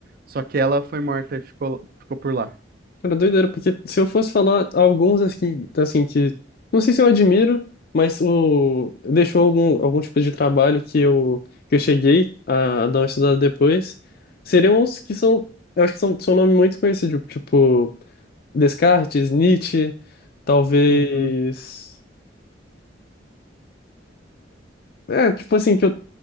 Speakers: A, on the right; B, on the left.
A: Só que ela foi morta e ficou, ficou por lá.
B: Cara, doideira, porque se eu fosse falar alguns assim, assim que não sei se eu admiro, mas o deixou algum algum tipo de trabalho que eu que eu cheguei a, dar uma estudada depois, seriam uns que são, eu acho que são são nomes muito conhecidos, tipo Descartes, Nietzsche, talvez
A: Uhum.
B: é, é, tipo assim que eu